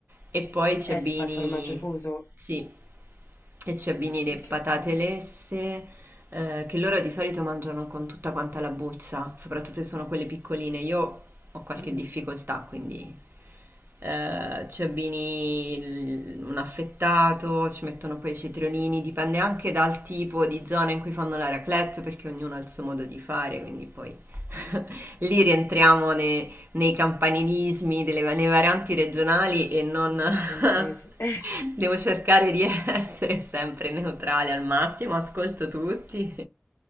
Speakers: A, on the right; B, on the left.
A: e poi ci
B: Eh,
A: abbini,
B: ti fa il formaggio fuso?
A: sì, e ci
B: Mm,
A: abbini le patate
B: che buono.
A: lesse, eh, che loro di solito mangiano con tutta quanta la buccia, soprattutto se sono quelle piccoline. Io ho qualche
B: Mm,
A: difficoltà, quindi eh, ci abbini il- un affettato, ci mettono poi i cetriolini, dipende anche dal tipo di zona in cui fanno la raclette, perché ognuno ha il suo modo di fare, quindi poi <laughs>
B: mm,
A: lì rientriamo ne- nei campanilismi, delle, va- nei varianti regionali e non
B: mm,
A: <laughs> <laughs>
B: francese. <laughs>
A: Devo cercare di essere sempre neutrale al massimo, ascolto tutti,